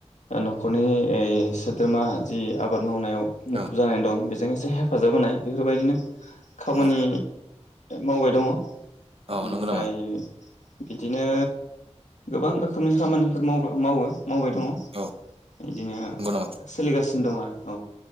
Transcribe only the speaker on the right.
औ
औ
औ
नंगौ नामा
औ
नंगौ नामा